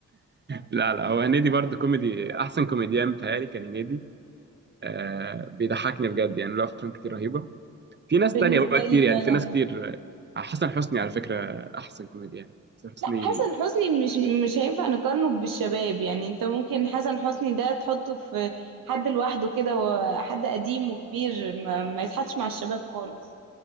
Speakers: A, on the right; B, on the right.
A: لا لا هو هنيدي برضه كوميدي احسن كوميديان بتهيألي كان هنيدي آه بيضحكني بجد يعني له افلام كتير رهيبه في ناس
B: بالنسبة
A: تانية بقى كتير
B: لي
A: يعني
B: فعلا
A: في ناس كتير آه، حسن حسني على فكره احسن كوميديان حسن حسني
B: لا حسن حسني مش مش هينفع نقارنه بالشباب يعني انت ممكن حسن حسني ده تحطه في حد لوحده كده وحد قديم وكبير ما, ما يتحطش مع الشباب خالص